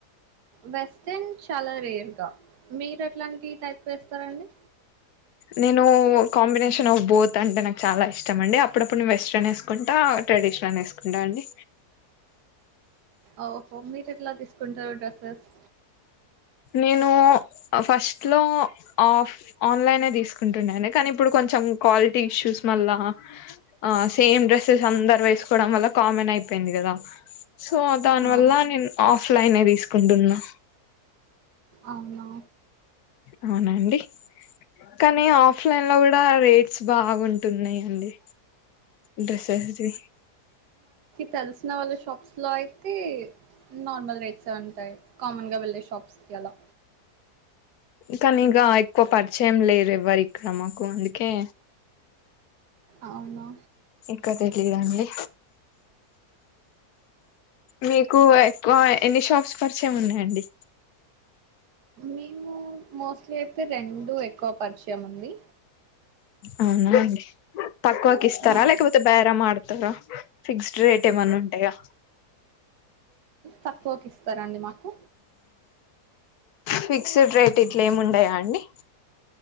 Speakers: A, on the right; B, on the left.
A: వెస్ట్రన్ చాలా రేర్గా మీరు ఎట్లాంటి టైప్ వేస్తారండి.
B: నేను కాంబినేషన్ ఆఫ్ బోత్ అంటే నాకు చాలా ఇష్టం అండి. అప్పుడప్పు నే వెస్ట్రన్ ఏస్కుంటా ట్రెడిషనల్ ఏస్కుంటా అండి.
A: ఓ హో మీరెట్లా తీసుకుంటారు డ్రస్సెస్.
B: నేనూ ఫస్ట్ లో ఆఫ్ ఆన్లైనే దీస్కుంటున్నాను కానీ ఇప్పుడు కొంచెం క్వాలిటీ ఇష్యూస్ మళ్ళ ఆహ్ సేమ్ డ్రెస్సెస్ అందరు వేస్కోడం వల్ల కామన్ అయిపోయింది గదా సో దానివల్ల
A: హా
B: నేన్ ఆఫ్లైనే దీస్కుంటున్నా.
A: అవునా
B: అవునండి కానీ ఆఫ్లైన్ లో కూడా రేట్స్ బాగుంటున్నాయండి. డ్రెస్సెస్ ది
A: తెల్సిన వాళ్ళ షాప్స్‌లో అయితే నార్మల్ రేట్సే ఉంటాయ్ కామన్గా వెళ్ళే షాప్స్‌కి అలా.
B: కానీ ఇగ ఎక్కువ పరిచయం లేరు ఎవ్వరిక్కడ మాకు అందుకే.
A: అవునా
B: కతెట్లియాండి మీకు ఎక్కువ ఎన్ని షాప్స్ పరిచయం ఉన్నాయండి.
A: మేము మోస్ట్లీ అయితే రెండు ఎక్కువ పరిచయం ఉంది
B: అవునా అండి తక్కువకి ఇస్తారా
A: ఆ,
B: లేకపోతే బేరమాడ్. తరా ఫిక్స్డ్ రేట్ ఏమన్నా ఉంటాయా
A: తక్కువకి ఇస్తారండి మాకు
B: ఫిక్స్డ్ రేట్ ఇట్లా ఏమ్ ఉండయా అండి